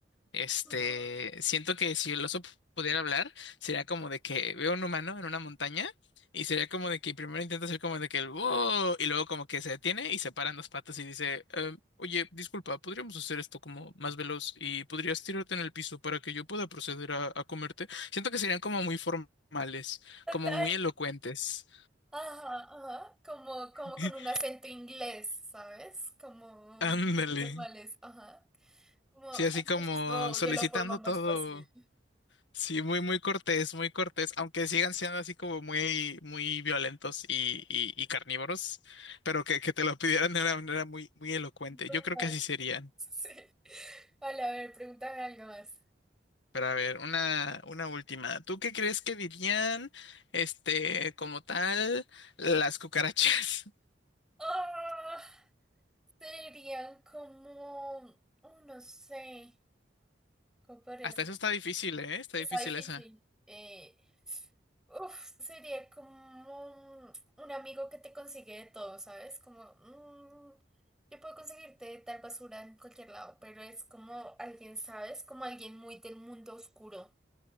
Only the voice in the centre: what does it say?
Ujú.
Total.
Ajá, ajá, como, como
con un acento inglés, ¿sabes? Como
muy formales, ajá. Como, ah,
pues esto
de la forma más
fácil.
<laughs> Formal,
sí. Vale, a ver, pregúntame algo más.
Ah, serían como, oh, no sé, ¿cómo
podría
ser?
Está
difícil.
Eh, uf, sería como un, un amigo que te consigue de todo, ¿sabes? Como, mm, yo puedo conseguirte tal basura en cualquier lado, pero es como alguien, ¿sabes? Como alguien muy del mundo oscuro.